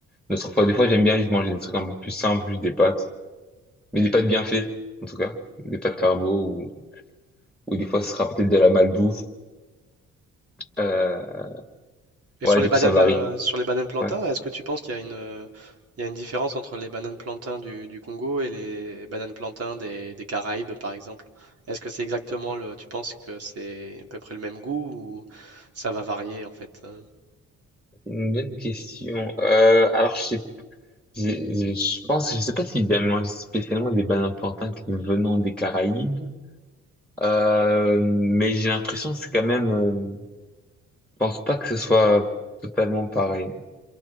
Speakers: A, in the centre; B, on the right.
A: d'autres fois. Des fois, j'aime bien juste manger des trucs un peu plus simples, juste des pâtes, mais des pâtes bien faites, en tout cas. Des pâtes carbo, ou, ou des fois, ce sera peut-être de la malbouffe. Euh,
B: Et sur
A: ouais,
B: les
A: du
B: bananes,
A: coup, ça varie.
B: euh, sur les bananes plantains,
A: Ouais.
B: est-ce que tu penses qu'il y a une, euh, il y a une différence entre les bananes plantains du, du Congo et les bananes plantains des, des Caraïbes, par exemple? Est-ce que c'est exactement le, tu penses que c'est à peu près le même goût ou ça va varier en fait? euh
A: Une bonne question. Euh, alors, je sais je, je je pense, je sais pas si j'ai mangé spécialement des bananes plantains qui venant des Caraïbes. Euh, mais j'ai l'impression que c'est quand même. euh, je pense pas que ce soit totalement pareil.